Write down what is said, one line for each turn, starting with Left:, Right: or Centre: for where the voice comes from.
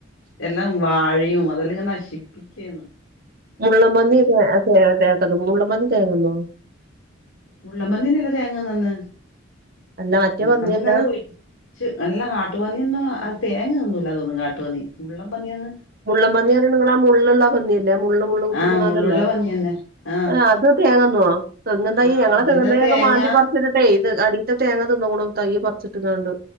Left: എല്ലാം <unintelligible> വാഴയും അതെല്ലെങ്ങ നശിപ്പിക്കേന്നു.
Right: മുള്ളം പന്നി <unintelligible> മുള്ളം പന്നി തേങ്ങ ന്നോ
Left: മുള്ളം പന്ന്യനല്ലേ തേങ്ങ നന്ന്
Right: അല്ല മറ്റേ
Left: മുള്ളം
Right: പന്നിയല്ല
Left: പന്ന്യ ല്ലൊം ഒര്ച്ച് അല്ല കാട്ട് പന്ന്യൊന്ന അ് തേങ്ങ തിന്നൂ ല്ലാ തോന്ന്ന്ന് കാട്ടുപന്നി മുള്ളം പന്ന്യാണ്
Right: മുള്ളൻ പന്നി പറ നിങ്ങ മല്ലാ പന്നിയല്ലേ മള്ള് മള്ള് കുത്തിക്കണം
Left: ആഹ് മുള്ളുള്ള
Right: അതല്ലേ
Left: പന്നിയന്നെ ആഹ്
Right: ആ അത് തേങ്ങ ആ തെങ്ങും തയ്യ്
Left: ആഹ്
Right: ഞങ്ങളെ
Left: അതന്നെ
Right: തെങ്ങു തയ്യൊക്കെ
Left: തേങ്ങ
Right: മാന്തി പർച്ചിട്ട്ട്ടേ
Left: ഈ
Right: ഇത് അടി തേങ്ങാ തിന്ന്ക്കുന്നു തയ്യ് പർച്ച്ട്ട്ങ്ങാണ്ട്.